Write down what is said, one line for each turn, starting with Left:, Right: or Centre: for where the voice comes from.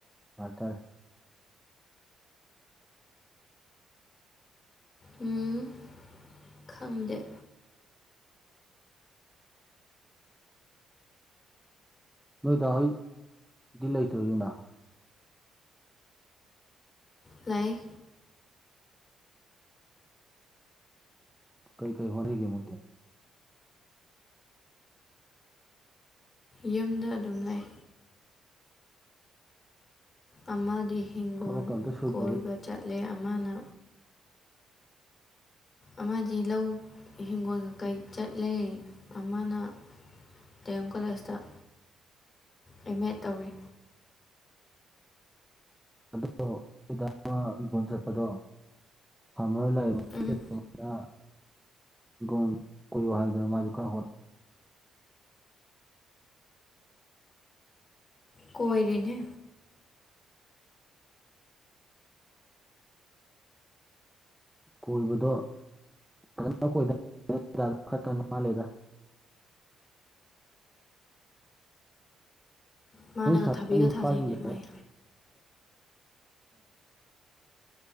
Centre: ꯍꯥꯏꯇꯥꯔꯦ
Left: ꯎꯝ ꯈꯪꯗꯦ
Centre: ꯅꯣꯏꯗ ꯍꯣꯏꯗꯤ ꯂꯩꯇ꯭ꯔ ꯌꯅꯥ
Left: ꯂꯩꯥꯏ
Centre: ꯀꯩ ꯀꯩ ꯍꫭꯠꯅꯔꯤꯒꯦ ꯃꯣꯏꯗꯤ
Left: ꯌꯨꯝꯗ ꯑꯗꯨꯝ ꯂꯩ ꯑꯃꯗꯤ ꯍꯤꯡꯒꯣꯣꯟ
Centre: ꯊꯕꯛꯀ ꯑꯝꯇ ꯁꯨꯗ꯭ꯔꯕ
Left: ꯀꯣꯏꯕ ꯆꯠꯂꯦ ꯑꯃꯅ ꯑꯃꯗꯤ ꯂꯧ ꯏꯤꯡꯒꯣꯜ ꯀꯩꯀꯩ ꯆꯠꯂꯦ ꯑꯃꯅ ꯇꯦꯡꯦꯝ ꯀꯜꯦꯁꯇ ꯑꯦ ꯃꯦ ꯇꯧꯔꯤ
Centre: ꯑꯗꫭꯑꯃ ꯏꯟꯈꫭꯜ ꯆꯠꯄꯗꯣ ꯐꯥꯔꯃꯔ ꯂꯥꯏꯔꯦꯟ
Left: ꯎꯝ
Centre: <inaudible> ꯒꯣꯟ ꯀꯣꯏꯑꯣ ꯍꯥꯏꯌꯨꯗꯅ ꯃꯥꯁꯨ ꯈꯔ ꯍꯣꯠ
Left: ꯀꯣꯏꯔꯤꯅꯦ
Centre: ꯀꯣꯏꯕꯗꯣ ꯐꯖꯅ ꯀꯣꯏ <inaudible> ꯈꯛꯇ ꯉꯥꯜꯂꯤꯗ
Left: ꯃꯥꯅꯒ
Centre: ꯅꯣꯏ ꯁꯥꯒꯤ
Left: ꯊꯕꯤꯒ
Centre: ꯃꯄꯥꯁꯤꯡꯁꯦ
Left: ꯊꯥꯖꯩꯅꯦ ꯃꯥꯏ